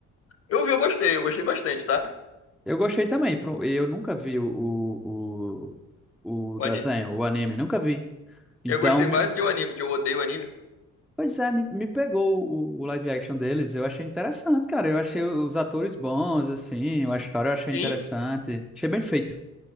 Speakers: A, on the left; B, in the centre.
A: eu vi, eu gostei, eu gostei bastante, tá?
B: Eu gostei também. pro- Eu nunca vi o, o, o, o
A: O
B: desenho,
A: anime.
B: o anime, nunca vi. Então,
A: Eu gostei
B: me-
A: mais do que o anime, que eu odeio o anime.
B: pois é, me, me pegou o, o live action deles. Eu achei interessante, cara. Eu achei os atores bons, assim, a história eu achei
A: Sim.
B: interessante. Achei bem feito.